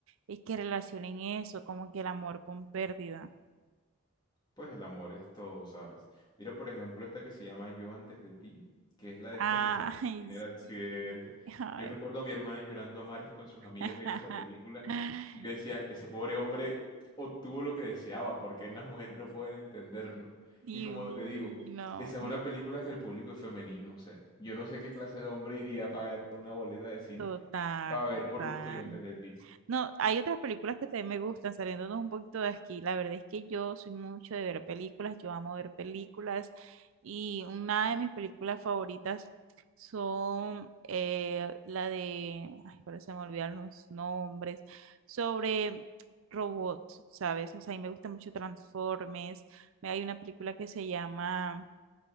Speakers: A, on the right; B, on the left.
A: es que relacionen eso, como que el amor con pérdida.
B: Pues el amor es todo, ¿sabes? Mira, por ejemplo, esta que se llama Yo antes de ti, que es la de este
A: Ay,
B: muchacho que tiene el accidente.
A: sí. A
B: Yo
A: ver.
B: recuerdo a mi hermana llorando a mares con sus amigas
A: <laughs>
B: viendo esa película y yo decía, ese pobre hombre obtuvo lo que deseaba, porque las mujeres no pueden entenderlo.
A: Divino.
B: Y como te digo, esa es una película que el público es femenino, o sea, yo no sé qué clase de hombre iría a pagar una boleta de cine
A: Total,
B: para ver
A: total.
B: por gusto Yo antes de ti.
A: No, hay otras películas que también me gustan, saliéndonos un poquito de aquí. La verdad es que yo soy mucho de ver películas, yo amo ver películas y una de mis películas favoritas son eh, la de, ay, ahora se me olvidaron los nombres, sobre robots, ¿sabes? O sea, a mí me gusta mucho Transformers. Me- Hay una película que se llama